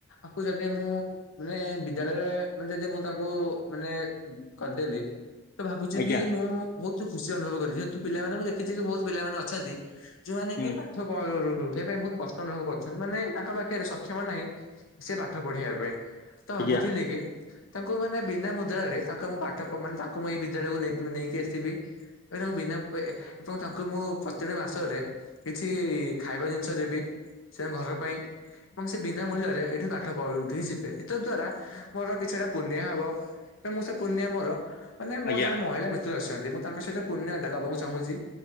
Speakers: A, on the left; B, on the left.
A: ଆକୁ ଯଦି ମୁଁ ମାନେ ବିଦ୍ୟାଳୟରେ ମାନେ ଯଦି ମୁଁ ତାଙ୍କୁ ମାନେ କରିଦେଲି ତ ଭାବୁଚି
B: ଆଜ୍ଞା
A: କି ମୁଁ ବୋହୁତୁ ଖୁସି ଅନୁଭବ କରିବି ଯେହେତୁ ପିଲାମାନଙ୍କୁ ଦେଖିଛି କି ବୋହୁତୁ ପିଲାମାନେ ଅଛନ୍ତି ଯୋଉମାନେ
B: ହୁଁ
A: କି ପାଠ <unintelligible> ୟା ପାଇଁ ବୋହୁତୁ କଷ୍ଟ ଅନୁଭବ କରିଛନ୍ତି ମାନେ ତାଙ୍କ ପାଖରେ ସକ୍ଷମ ନାହିଁ ସେ ପାଠ ପଢେଇବା ପାଇଁ। ତ ଭାବୁଥିଲି
B: ଆଜ୍ଞା
A: କି ତାଙ୍କୁ ମାନେ ବିନା ମୁଦ୍ରାରେ ତାଙ୍କ ମୁଁ ପାଠ ମାନେ ତାଙ୍କୁ ମୁଁ ଏଇ ବିଦ୍ୟାଳୟକୁ ନେବି ନେଇକି ଆସିବି। ଏବେ ତାଙ୍କୁ ବିନା ପ ଏବଂ ତାଙ୍କୁ ମୁଁ ପ୍ରତିଟି ମାସରେ କିଛି ଖାଇବା ଜିନିଷ ଦେବି ସେ ଘର ପାଇଁ ଏବଂ ସେ ବିନା ମୂଲ୍ୟରେ ଏଇଠି ପାଠ ପଢି଼ଉଠିକି ଯିବେ ଏତତ୍ ଦ୍ଵାରା ମୋର କିଛିଟା ପୁଣ୍ୟହବ। <unintelligible> ମୁଁ ସେ ପୁଣ୍ୟ ମୋର ମାନେ ମୋର
B: ଆଜ୍ଞା
A: ଜଣେ ମହିଳା ମିତ୍ର ଅଛନ୍ତି ମୁଁ ତାଙ୍କ ସହିତ ପୁଣ୍ୟଟା ଦବାକୁ ଚାହୁଁଛି।